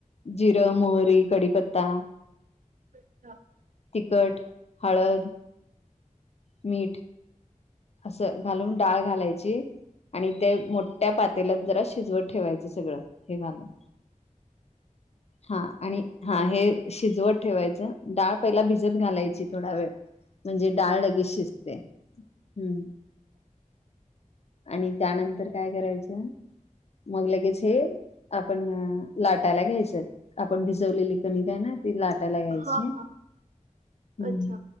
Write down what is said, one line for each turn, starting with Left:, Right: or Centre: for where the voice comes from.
Left: जिरं मोहरी कडीीपत्ता.
Right: अच्छा.
Left: तिखट हळद. मीठ. असं घालून डाळ घालायची. आणि ते मोठ्या पातेल्यात जरा शिजवत ठेवायचं सगळं. हे घालून हा आणि हा हे शिजवत ठेवायचं डाळ पहिला भिजत घालायची थोडा वेळ म्हणजे डाळ लगेच शिजते. हम्म आणि त्यानंतर काय करायचं? मग लागेच हे आपण लाटायला घ्यायच आपण भिजवलेली कणी काय ना ती लाट टयला घायचे
Right: हा
Left: हम्म
Right: अच्छा